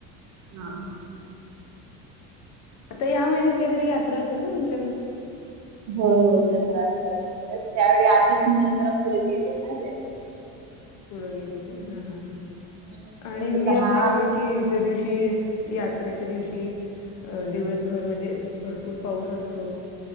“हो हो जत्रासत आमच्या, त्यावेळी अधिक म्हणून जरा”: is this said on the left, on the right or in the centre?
Right